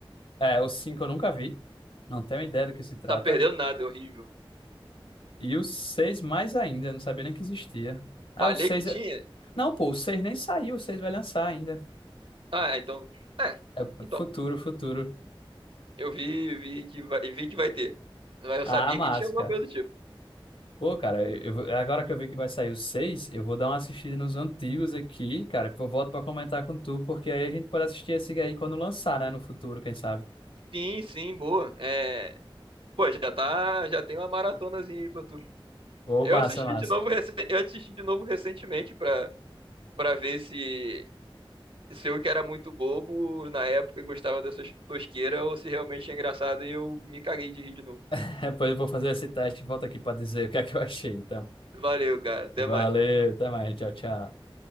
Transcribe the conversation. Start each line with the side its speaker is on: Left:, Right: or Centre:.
Left: É, o 5 eu nunca vi. Não tenho ideia do que se trata.
Right: Tá perdendo nada, é horrível.
Left: E o 6 mais ainda, não sabia nem que existia. Ah,
Right: Falei
Left: o 6
Right: que tinha?
Left: é... Não, pô, o 6 nem saiu, o 6 vai lançar ainda.
Right: Ah, é, então. É.
Left: É
Right: Então,
Left: futuro, futuro.
Right: eu vi, vi que vai, vi que vai ter. Mas eu
Left: Ah,
Right: sabia
Left: massa,
Right: que tinha alguma
Left: cara.
Right: coisa do tipo.
Left: Pô, cara, eu, eu vou- agora que eu vi que vai sair o 6 eu vou dar uma assistida nos antigos aqui, cara. Pô, volto pra comentar com tu, porque aí a gente pode assistir esse aí quando lançar, né? No futuro, quem sabe.
Right: Sim, sim, boa. É, pô, já tá, já tem uma maratonazinha aí pra tu.
Left: Ô,
Right: Eu
Left: massa,
Right: assisti
Left: massa.
Right: de novo, recen- eu assisti de novo recentemente pra, pra ver se, se eu que era muito bobo na época e gostava dessas tosqueiras ou se realmente é engraçado e eu me caguei de rir de novo.
Left: <laughs> Depois eu vou fazer esse teste e volto aqui pra dizer o que é que eu achei, então.
Right: Valeu, cara. Até
Left: Valeu,
Right: mais.
Left: até mais, tchau, tchau.